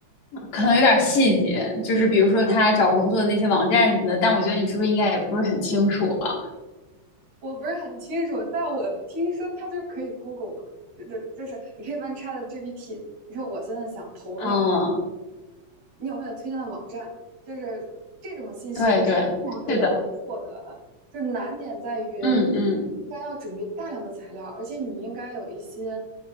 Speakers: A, on the left; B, on the right.
A: 可能有点细节，就是比如说他找工作的那些网站什么的，但我觉得你是不是应该也不是很清楚啊？
B: 我不是很清楚，但我听说它就可以 Google 嘛，就就就是你可以问 ChatGPT，你说我现在想投那个
A: 嗯，
B: 你有没有推荐的网站？就是这种信息都是非常非常容易获得的，
A: 对对，是的，
B: 就是难点在于，
A: 嗯嗯，
B: 应该要准备大量的材料，而且你应该有一些